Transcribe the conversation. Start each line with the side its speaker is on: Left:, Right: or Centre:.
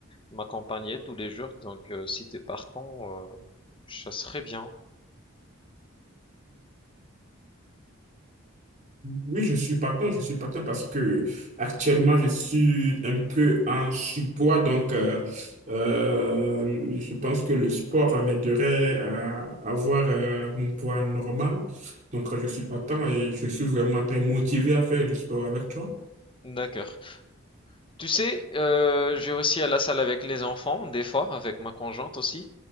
Left: m'accompagner tous les jours. Donc, euh, si t'es partant, euh, ça serait bien.
Right: Oui, je suis partant, je suis partant parce que actuellement je suis un peu en surpoids, donc euh, euh, je pense que le sport m'aiderait à avoir euh, mon poids normal. Donc euh, je suis partant et je suis vraiment très motivé à faire du sport avec toi.
Left: D'accord. Tu sais, euh, je vais aussi à la salle avec les enfants, des fois, avec ma conjointe aussi.